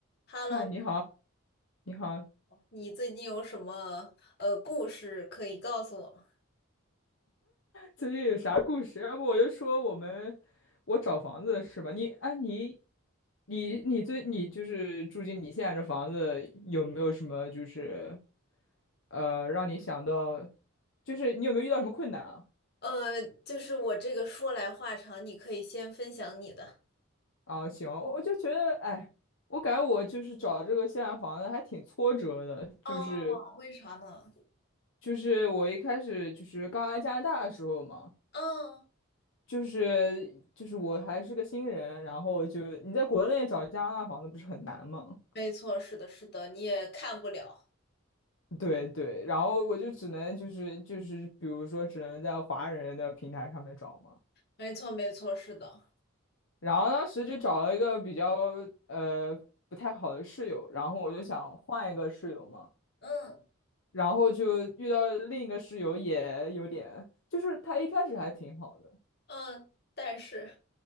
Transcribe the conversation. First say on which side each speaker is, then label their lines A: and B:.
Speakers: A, on the left; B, on the left.
A: Hello，
B: 嗨，你好，你好，
A: 你最近有什么呃故事可以告诉我吗？
B: 最近有啥故事？要不我就说我们，我找房子是吧？你，哎，你，你，你最，你就是住进你现在这房子，有没有什么就是，呃，让你想到，就是你有没有遇到什么困难啊？
A: 呃，就是我这个说来话长，你可以先分享你的。
B: 啊，行，我就觉得，哎，我感觉我就是找这个现在房子还挺挫折的，就是
A: 哦，为啥呢？
B: 就是我一开始就是刚来加拿大的时候嘛。
A: 嗯，
B: 就是就是我还是个新人，然后就你在国内找加拿大房子不是很难吗？
A: 没错，是的，是的，你也看不了。
B: 对对，然后我就只能就是就是比如说只能在华人的平台上面找嘛，
A: 没错，没错，是的。
B: 然后当时就找了一个比较呃不太好的室友，然后我就想换一个室友嘛，
A: 嗯
B: 然后就遇到另一个室友也有点，就是他一开始还挺好的，
A: 嗯，但是